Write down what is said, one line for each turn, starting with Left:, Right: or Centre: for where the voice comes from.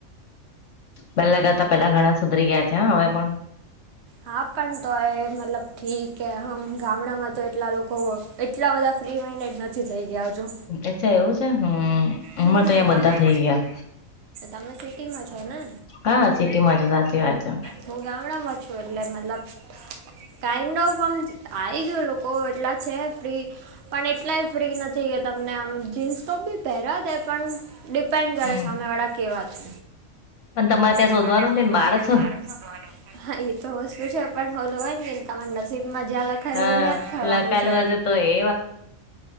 Left: પહેલા કરતા પેલા ઘણા સુધરી ગયા છે હવે પણ
Right: હા પણ તો એ મતલબ ઠીક હમ ગામડામાં તો એટલા લોકો એટલા બધા ફ્રી માઇન્ડેડ નથી થઈ ગયા હજુ
Left: અચ્છા એવું છે હમ હમણાં
Right: હમ્મ,
Left: તો અહં
Right: તમે
Left: બધા થઈ ગયા
Right: તમે સિટીમાં છો ને
Left: હા સિટીમાં છું સાચી વાત છે.
Right: હ ગામડામાં છૂ એટલેે મતલબ ટાઈમનો ઓફ આમ આવી ગયું લોકો એટલા છે, પ્રી પણ એટલાય ફ્રી નથી કે તમને આમ જીન્સ તો બી પહેર દે પણ ડિપેન્ડ કરે
Left: હમ
Right: સામેવાળા કેવા છે.
Left: પણ ત્યાં
Right: તમારે
Left: શોધવાનું
Right: ત્યાં
Left: જ નઈ ને બહાર જ
Right: શોધવાનું <unintelligible> હા એ તો વસ્તુ છે, પણોલવા તમા નસીબમાં જ્યાં લખાયેલું
Left: હા
Right: હો ને થવાનું
Left: લખાયેલું
Right: છે
Left: હશે તો એ